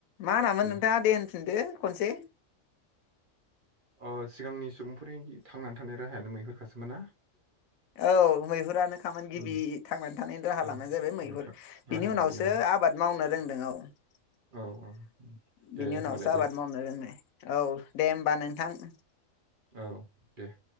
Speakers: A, on the left; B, on the right.
A: मा होनामोन
B: दे
A: नोंथाङा देन होनदो खनसे
B: अ सिगांनि सुबुंफोरनि थांनानै थानाय राहायानो मैहुरखासो मोनना
A: औ मैहुरानो खामोन गिबि
B: उम
A: थांनानै थानायनि राहा
B: औ
A: लामानो जाहैबाय
B: थांना
A: मैहुर
B: था राहा
A: बिनि उनावसो
B: लानायानो
A: आबाद मावनो रोंदों औ
B: औ
A: <inaudible>
B: औ दे
A: बिनि
B: होमबालाय
A: उनावसो
B: दे
A: आबाद मावनो रोंनाय औ दे ओमबा नोंथां <inaudible>
B: औ देह